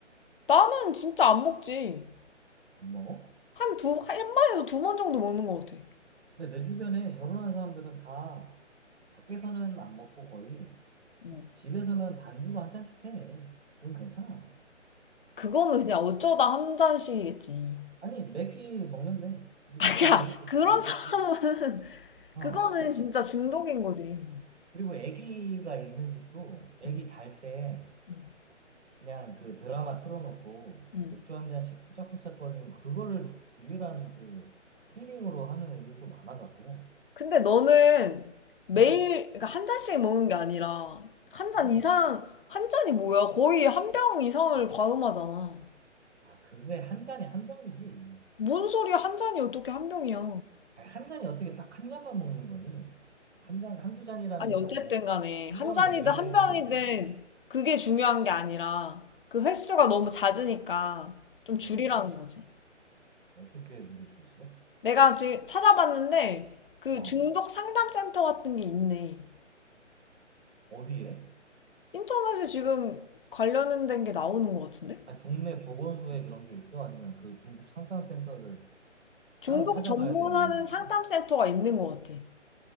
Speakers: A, on the left (about 45°); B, on the right (about 60°).
A: 나는 진짜 안 먹지.
B: 안 먹어?
A: 한 두, 한 번에서 두 번 정도 먹는 것 같아.
B: 근데 내 주변에 결혼한 사람들은 다 밖에서는 안 먹고 거의
A: 어.
B: 집에서는 반주로 한 잔씩 해. 그건 괜찮아.
A: 그거는 그냥 어쩌다 한 잔씩이겠지.
B: 아니, 매끼 먹는데. 우리
A: <laughs>
B: 직장
A: 야,
B: 동료도 그렇게
A: 그런
B: 얘기했어.
A: 사람은 <laughs>
B: 어.
A: 그거는 진짜 중독인 거지.
B: 그리고 애기가 있는 집도 애기
A: 응,
B: 잘 때
A: 응,
B: 그냥 그 드라마 틀어놓고
A: 응.
B: 맥주 한 잔씩 홀짝홀짝 거리는 그거를 유일한 그 힐링으로 하는 애들도 많아갖고.
A: 근데 너는 매일,
B: 음,
A: 그러니까 한 잔씩 먹는 게 아니라, 한 잔
B: 음.
A: 이상, 한 잔이 뭐야? 거의 한 병 이상을 과음하잖아.
B: 아, 그게 한 잔에 한 병이지.
A: 뭔 소리야? 한 잔이 어떻게 한 병이야?
B: 아니, 한 잔이 어떻게 딱 한 잔만 먹는 거니? 한 잔, 한 두 잔이라는
A: 아니,
B: 거는
A: 어쨌든
B: 그냥
A: 간에,
B: 한
A: 한
B: 병
A: 잔이든
B: 내외를
A: 한 병이든,
B: 얘기하는 거지.
A: 그게 중요한 게 아니라, 그 횟수가 너무 잦으니까, 좀 줄이라는
B: 음,
A: 거지.
B: 어떻게 줄일 수 있어?
A: 내가 지금 찾아봤는데, 그
B: 어,
A: 중독 상담 센터 같은 게 있네.
B: 어디에?
A: 인터넷에 지금 관련된 게 나오는 것 같은데?
B: 아니, 동네 보건소에 그런 게 있어? 아니면 그 중독 상담센터를
A: 중독
B: 따로 찾아가야
A: 전문하는
B: 되는
A: 상담센터가
B: 거야?
A: 있는 것 같아.